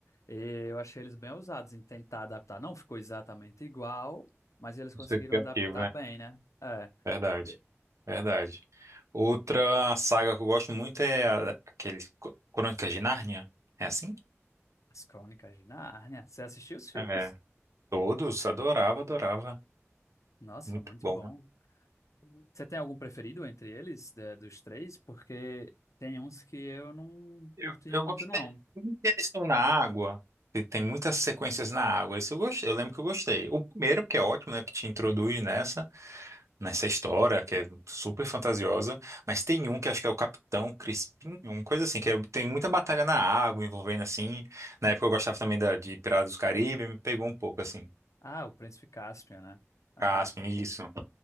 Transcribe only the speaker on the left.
eh, eu achei eles bem ousados em tentar adaptar. Não ficou exatamente igual, mas eles conseguiram
adaptar
bem, né? É.
eh,
As Crônicas de Nárnia. Você assistiu os filmes?
Nossa,
muito
bom. Você tem algum preferido entre eles, da- dos três? Porque tem uns que eu não
curti
muito,
não.
Ah, o Príncipe Caspian, né? Ah,